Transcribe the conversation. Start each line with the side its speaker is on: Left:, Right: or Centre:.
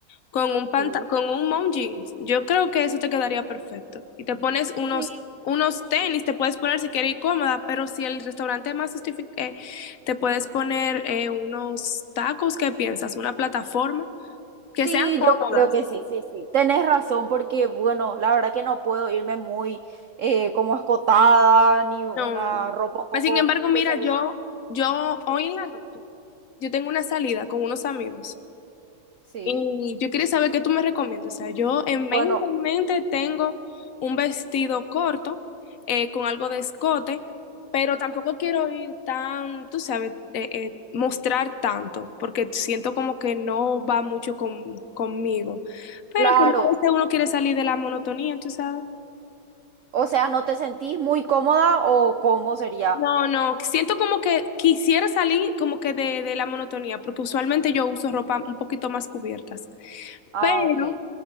Left: con un panta-
Right: Sí.
Left: con un mom jeans. Yo creo que eso te quedaría perfecto. Y te pones unos,
Right: sí,
Left: unos tenis,
Right: sí.
Left: te puedes poner si quieres ir cómoda, pero si el restaurante más justifique, te puedes poner eh, unos tacos, ¿qué piensas? Una plataforma que
Right: Sí,
Left: sean cómodas.
Right: yo creo que sí, sí, sí. Tenés razón porque, bueno, la verdad que no puedo irme muy eh, como escotada ni una
Left: No.
Right: ropa un poco
Left: Mas, sin embargo, mira,
Right: que se vea.
Left: yo, yo hoy
Right: Sí.
Left: en la noche, yo tengo una salida con unos amigos
Right: Sí.
Left: y yo quería saber qué tú me recomiendas. O sea, yo en
Right: Bueno,
Left: mente, en mente tengo un vestido corto, eh, con algo de escote, pero tampoco quiero ir tan, tú sabes, eh, eh, mostrar tanto, porque siento como que no va mucho con, conmigo. Pero
Right: claro.
Left: que a veces uno quiere salir de la monotonía, tú sabes.
Right: O sea, ¿no te sentís muy cómoda o cómo sería?
Left: No, no, siento como que quisiera salir como que de, de la monotonía, porque usualmente yo uso ropa un poquito más cubiertas,
Right: Ah,
Left: pero
Right: ok.